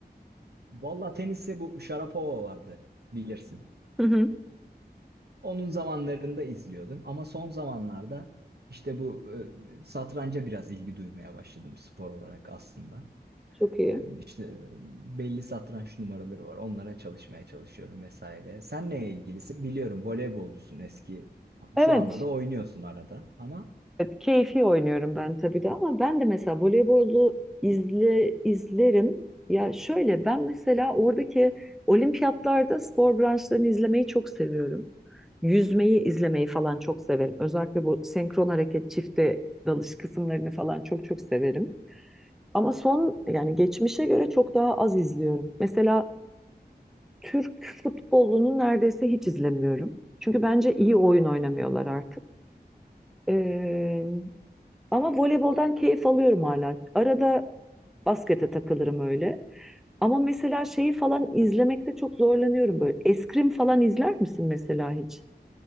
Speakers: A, on the right; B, in the centre.
A: Valla teniste bu Sharapova vardı, bilirsin.
B: Hı hı.
A: Onun zamanlarında izliyordum ama son zamanlarda işte bu e, satranca biraz ilgi duymaya başladım spor olarak aslında.
B: Çok iyi.
A: E, işte belli satranç numaraları var. Onlara çalışmaya çalışıyorum vesaire. Sen neye ilgilisin? Biliyorum voleybolcusun eski.
B: Evet.
A: Şu anda da oynuyorsun arada ama
B: Evet, keyfi oynuyorum ben tabii de ama ben de mesela voleybolu izle, izlerim. Ya şöyle ben mesela oradaki olimpiyatlarda spor branşlarını izlemeyi çok seviyorum. Yüzmeyi izlemeyi falan çok severim. Özellikle bu senkron hareket, çifte dalış kısımlarını falan çok çok severim. Ama son yani geçmişe göre çok daha az izliyorum. Mesela Türk futbolunu neredeyse hiç izlemiyorum. Çünkü bence iyi oyun oynamıyorlar artık. Ee, ama voleyboldan keyif alıyorum hala. Arada baskete takılırım öyle. Ama mesela şeyi falan izlemekte çok zorlanıyorum böyle. Eskrim falan izler misin mesela hiç?